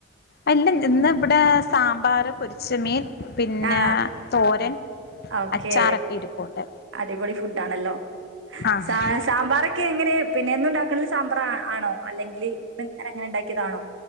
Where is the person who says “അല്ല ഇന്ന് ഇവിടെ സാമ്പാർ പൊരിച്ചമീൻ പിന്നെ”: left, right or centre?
Left